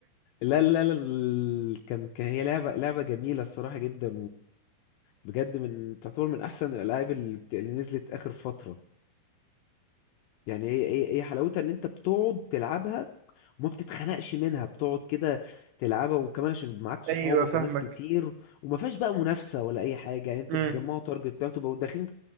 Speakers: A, on the left; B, on the right.
A: لا لا لا ال- كان كان هي لعبة لعبة جميلة الصراحة جدا وبجد من تعتبر من أحسن الألعاب اللي بت- اللي نزلت آخر فترة يعني هي هي هي حلاوتها ان انت بتقعد تلعبها وما بتتخنقش منها بتقعد كده تلعبها وكمان عشان معاك صحابك
B: ايوه فاهمك
A: وناس كتير وما فيهاش بقى منافسة ولا اي حاجة يعني انتوا
B: امم
A: بتجمعوا تارجت بتاعه تبقوا داخلين